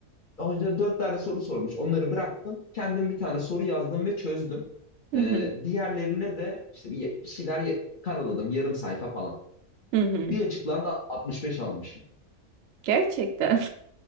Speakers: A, on the left; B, on the right.
A: hoca dört tane soru sormuş. Onları bıraktım. Kendim bir tane soru yazdım ve çözdüm.
B: Hı
A: E,
B: hı,
A: diğerlerine de işte bir, bir şeyler ye- karaladım. Yarım sayfa falan.
B: hı hı.
A: Bir açıklandı 65 almış.
B: Gerçekten.